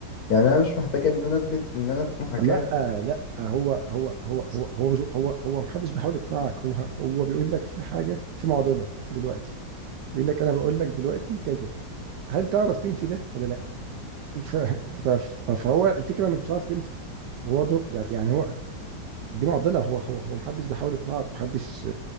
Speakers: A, on the left; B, on the right.
A: يعني انا مش محتاج ان انا اثبت ان انا في محاكاه
B: لا لا هو هو هو هو هو مش هو هو محدش بيحاول يقنعك هو هو بيقول لك في حاجه في معضله دلوقتي بيقول لك انا بقول لك دلوقتي كذا هل تعرف تنفي ده ولا لا <laughs> ف- ف- ف- فهو الفكره انك مش عارف تنفي هو برضه يعني يعني هو دي معضله هو هو هو محدش بيحاول يقنعك محدش